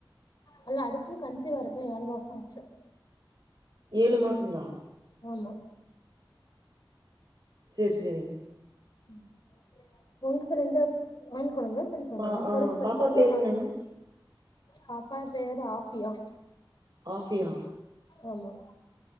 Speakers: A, on the left (about 60°); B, on the right (about 55°).
A: அல்ல அடுத்தது கன்சிவா இருக்கே ஏழு மாசம் ஆச்சு
B: ஏழு மாசங்களா
A: ஆமா
B: சரி சரி
A: உம் உங்களுக்கு ரெந்த ஆண் குழந்த பெண் குழந்தையா
B: பா ஆ
A: ஒரு பெண்
B: பாப்பா
A: குழந்தை
B: பேரு
A: ஒரு ஆண்
B: என்னங்க
A: குழந்த பாப்பா பேரு ஆபியா
B: ஆஃபியா
A: ஆமா